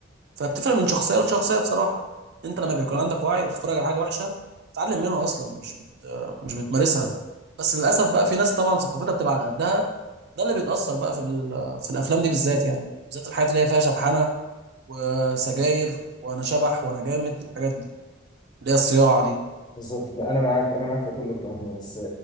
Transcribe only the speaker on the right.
فبتفرق من شخصيه لشخصيه بصراحه انت لما بيكون عندك وعي وبتتفرج على حاجه وحشه بتتعلم منها اصلا مش بت... مش بتمارسها بس للاسف بقى في ناس طبعا ثقافتها بتبقى على قدها ده اللي بيتاثر بقى في ال... في الافلام دي بالذات يعني بالذات الحاجات اللي هي فيها شبحنه وسجاير وانا شبح وانا جامد الحاجات دي اللي هي الصياعه دي